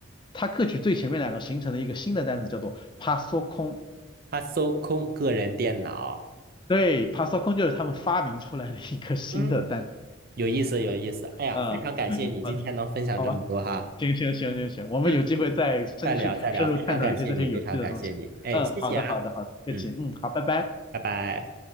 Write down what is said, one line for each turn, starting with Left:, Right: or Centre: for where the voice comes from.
Left: 它各取最前面两个形成了一个新的单词，叫做 p a s o c o n
Right: 他搜空个人电脑，
Left: 对 p a s o c o n 就是他们发明出来的一个新的单词，
Right: 嗯，有意思有意思。哎呀，
Left: 嗯。
Right: 非常感谢你今天能分享这么多哈，
Left: 嗯好吧，行行行行行，我们有机会再深去深入探讨一些这些有趣的东西。
Right: 嗯，再聊再聊，非常感谢你，非常感谢你，哎，
Left: 嗯，
Right: 谢谢啊。
Left: 好的好的好的，不客气嗯，
Right: 嗯。
Left: 好，拜拜。
Right: 拜拜。